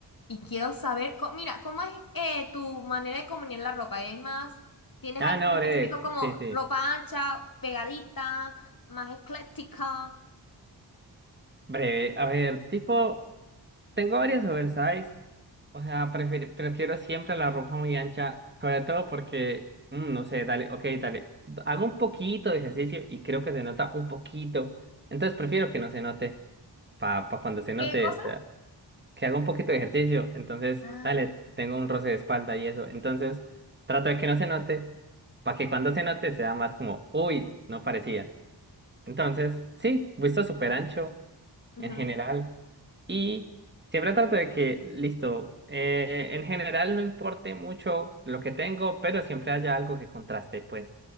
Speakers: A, on the left; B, on the right.
A: y quiero saber, co- mira, ¿cómo es eh, tu manera de combinar la ropa? ¿Es más, tienes
B: Ah,
A: algún
B: no,
A: específico
B: breve,
A: como
B: sí, sí.
A: ropa ancha, pegadita, más ecléctica?
B: Breve, a ver, tipo. Tengo varias oversize. O sea, prefiero, prefiero siempre la ropa muy ancha, sobre todo porque, mm, no sé, dale, ok, dale, hago un poquito de ejercicio y creo que se nota un poquito, entonces prefiero que no se note, para cuando se note,
A: ¿Qué cosa?
B: o sea, que haga un poquito de ejercicio, entonces,
A: Ah,
B: dale, tengo un roce de espalda y eso, entonces trato de que no se note, para que cuando se note sea más como, uy, no parecía. Entonces, sí, visto súper ancho
A: ujú.
B: en general. Y siempre trato de que, listo, eh, en general no importe mucho lo que tengo, pero siempre haya algo que contraste, pues.